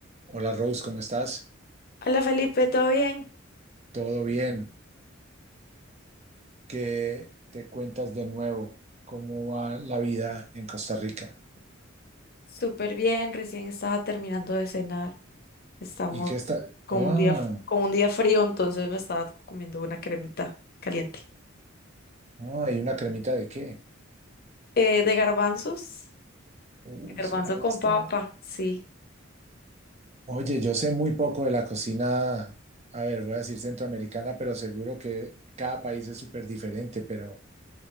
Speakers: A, on the right (about 35°); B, on the left (about 50°).
A: Hola Rose, ¿cómo estás?
B: Hola Felipe, ¿todo bien?
A: ¿Todo bien? ¿Qué te cuentas de nuevo? ¿Cómo va la vida en Costa Rica?
B: Súper bien, recién estaba terminando de cenar. Estamos
A: ¿Y qué está?
B: con
A: Ah,
B: un día, f- con un día frío, entonces me estaba comiendo una cremita caliente.
A: ah, ¿y una cremita de qué?
B: Eh, de garbanzos,
A: Uy,
B: de garbanzo
A: suena bastante.
B: con papa, sí.
A: Oye, yo sé muy poco de la cocina, a ver, voy a decir centroamericana, pero seguro que cada país es súper diferente, pero